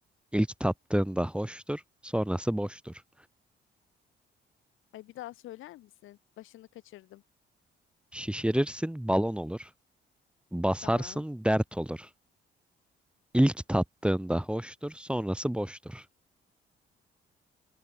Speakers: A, in the centre; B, on the left.
A: İlk tattığında hoştur, sonrası boştur.
B: Ay bir daha söyler misin? Başını kaçırdım.
A: Şişirirsin balon olur. Basarsın
B: Tamam.
A: dert olur. İlk tattığında hoştur, sonrası boştur.